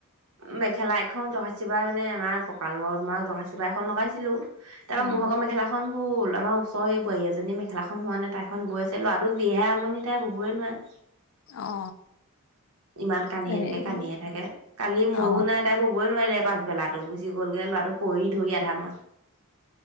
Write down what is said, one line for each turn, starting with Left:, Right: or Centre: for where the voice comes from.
Right: মেখেলা এখন <unintelligible> মানে আমাৰ। ককালত মৰা জকাচিপা এখন লগাইছিলো। তাৰপা
Left: উম
Right: মোৰভাগৰ মেখেলাখন হ'ল আমাৰ ওচৰ এই বোৱাৰী এজনী মেখেলাখন হোৱা নাই তাই খন বৈ আছিলো আৰু জিহে আমনি তাই বুবয়ে নোৱাৰে।
Left: অ
Right: ইমান কানিয়ে
Left: হেৰি
Right: থাকে কানিয়ে থাকে। কালি ময়ো
Left: অ
Right: নাই তাই বুবই নোৱাৰিলে পাছবেলাতো গুচি গ'লগে ল'ৰাটো। পৰি ধৰি আধা মৰা।